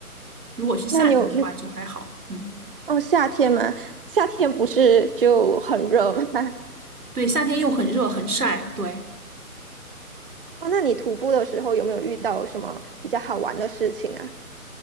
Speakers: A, on the right; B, on the right.
A: 如果是夏天的话就还好，
B: 那你有有
A: 嗯，
B: 哦夏天吗？夏天不是就很热吗？<laughs>
A: 对，夏天又很热很晒，对。
B: 哦，那你徒步的时候有没有遇到什么比较好玩的事情啊？